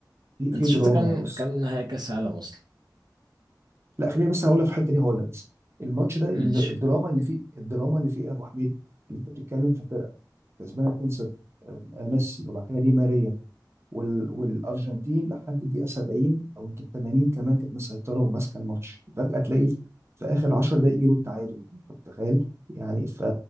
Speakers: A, on the right (about 35°); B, on the right (about 65°).
A: في في
B: أنت
A: دراما
B: شفت كام
A: يعني بص
B: كام نهائي كأس عالم أصلا
A: لا خليني بس هقول لك في الحته دي هقول لك بس الماتش ده ال-
B: ماشي
A: الدراما اللي فيه الدراما اللي فيه إيه يا ابو حميد اللي انت بتتكلم في فرقه كسبانه 2-0 آه، ميسي وبعد كده دي ماريا وال... والارجنتين لحد الدقيقه 70 او يمكن 80 كمان كانت مسيطره وماسكه الماتش فجاه تلاقي في في اخر 10 دقائق يجيبوا التعادل أنت متخيل يعني ف